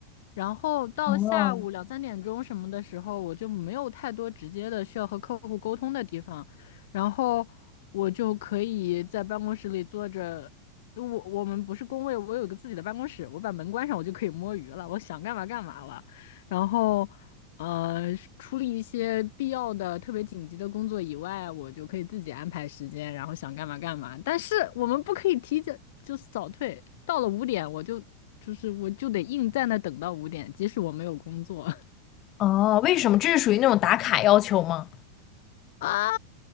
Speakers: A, on the left (about 65°); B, on the left (about 30°).
A: 然后到了下午两三点钟什么的时候，
B: 哦，
A: 我就没有太多直接的需要和客户沟通的地方，然后我就可以在办公室里坐着。因为我我们不是工位，我有个自己的办公室，我把门关上，我就可以摸鱼了，我想干嘛干嘛了。然后呃，处理一些必要的、特别紧急的工作以外，我就可以自己安排时间，然后想干嘛干嘛。但是我们不可以提前，就是早退。到了五点，我就就是我就得硬在那等到五点，即使我没有工作
B: 哦，为什么？这是属于那种打卡要求吗？
A: <laughs> 啊。